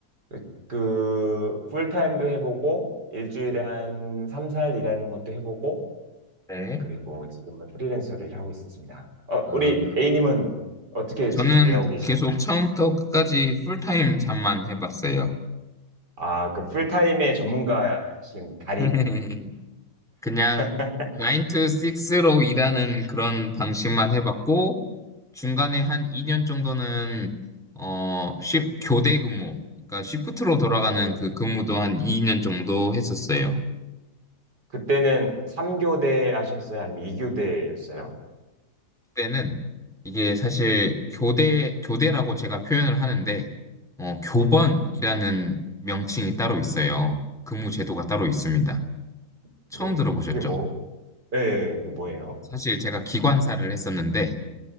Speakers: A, on the right; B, in the centre.
A: 그, 그 풀타임도 해보고, 일주일에 한 3, 4일 일하는 것도 해보고,
B: 네.
A: 그리고 지금은 프리랜서로 일하고 있습니다. 어,
B: 아,
A: 우리 A님은 어떻게
B: 저는
A: 지금 일하고 계신,
B: 계속
A: 가요
B: 처음부터 끝까지 풀타임 잠만 해봤어요.
A: 아, 그 풀타임의 전문가신 달인.
B: <laughs> 그냥
A: <laughs>
B: 9 to 6로 일하는 그런 방식만 해봤고, 중간에
A: 네.
B: 한 2년 정도는, 어, 쉬, 교대 근무, 그러니까 시프트로 돌아가는
A: 오.
B: 그 근무도 한 2년 정도 했었어요.
A: 그때는 3교대 하셨어요? 아니면 2교대였어요?
B: 그때는 이게 사실 교대, 교대라고 제가 표현을 하는데, 어, 교번이라는
A: 네.
B: 명칭이 따로 있어요. 근무 제도가 따로 있습니다.
A: 어,
B: 처음
A: 네.
B: 들어보셨죠?
A: 그게 뭐, 네, 그 뭐예요?
B: 사실 제가 기관사를 했었는데,